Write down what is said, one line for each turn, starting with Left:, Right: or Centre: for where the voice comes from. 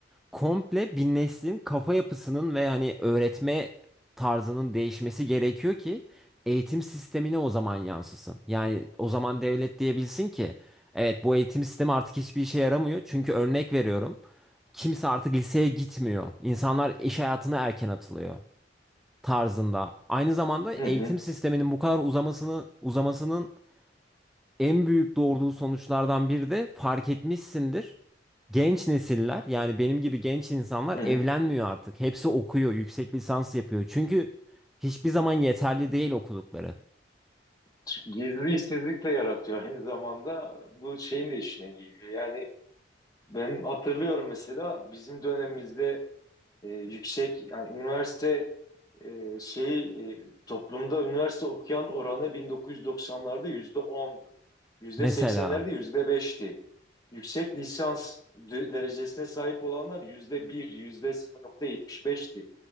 Centre: komple bir neslin kafa yapısının ve hani öğretme tarzının değişmesi gerekiyor ki eğitim sistemine o zaman yansısın. Yani o zaman devlet diyebilsin ki evet bu eğitim sistemi artık hiçbir işe yaramıyor. Çünkü örnek veriyorum kimse artık liseye gitmiyor. İnsanlar iş hayatına erken atılıyor tarzında. Aynı zamanda eğitim
Left: Hı hı,
Centre: sisteminin bu kadar uzamasını uzamasının en büyük doğurduğu sonuçlardan biri de fark etmişsindir. Genç nesiller yani benim gibi genç insanlar
Left: hı hı.
Centre: evlenmiyor artık. Hepsi okuyor, yüksek lisans yapıyor. Çünkü hiçbir zaman yeterli değil okudukları.
Left: Çünkü gizli işsizlik de yaratıyor aynı zamanda bu şeyin de işine geliyor. Yani ben hatırlıyorum mesela bizim dönemimizde e, yüksek yani üniversite e, şeyi e, toplumda üniversite okuyan oranı 1990'larda yüzde ondu, Yüzde
Centre: Mesela
Left: seksenlerde yüzde beşti. Yüksek lisans de- derecesine sahip olanlar yüzde bir, yüzde 0.75'ti.